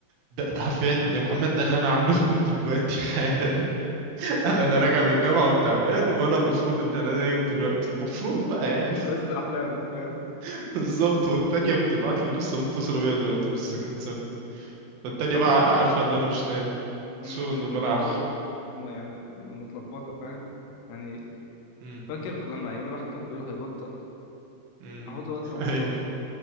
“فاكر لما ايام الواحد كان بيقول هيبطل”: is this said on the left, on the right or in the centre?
Left